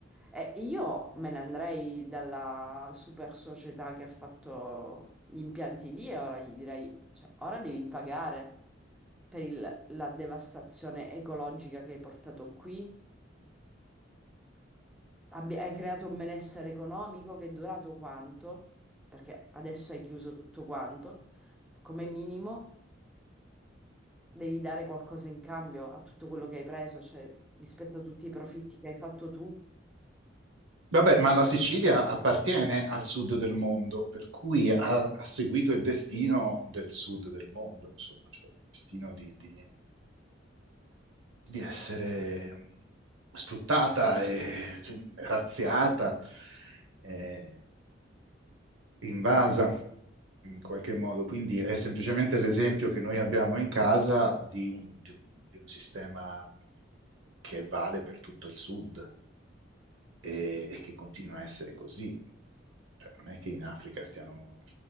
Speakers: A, in the centre; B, on the right.
A: E io me ne andrei dalla super società che ha fatto gli impianti lì e ora gli direi, cioè, ora devi pagare per il- la devastazione ecologica che hai portato qui. Abbi- hai creato un benessere economico che è durato quanto? Perché adesso hai chiuso tutto quanto, Cioè, come minimo. devi dare qualcosa in cambio a tutto quello che hai preso, cioè rispetto a tutti i profitti che hai fatto tu,
B: Vabbè, ma la Sicilia appartiene al sud del mondo, per cui ha, ha seguito il destino del sud del mondo, insomma, cioè il destino di, di- di essere mm, sfruttata, e, cioè, razziata, eh, invasa in qualche modo. Quindi è semplicemente l'esempio che noi abbiamo in casa di un, di- di un sistema che vale per tutto il sud. e, e che continua a essere così. Cioè, non è che in Africa stiano,